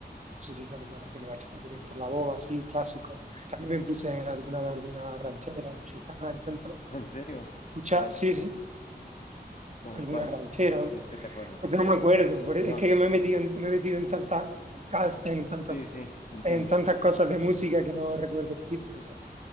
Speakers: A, on the right; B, on the left.
A: sé si hizo alguna canción de bachata, pero Héctor Lavoe así, clásico. También me puse alguna de alguna ranchera mexicana, intento
B: <laughs> ¿En serio?
A: escuchar,
B: Ray,
A: sí, sí,
B: ¿Cómo
A: alguna
B: cuál?
A: ranchera, o-
B: Si es que te acuerdas.
A: porque no me acuerdo, por- e,
B: No,
A: es que me he metido en, me he metido en tantas, cas- en tantos-
B: sí, sí, te entiendo.
A: en tantas cosas de música que no recuerdo el título, o sea,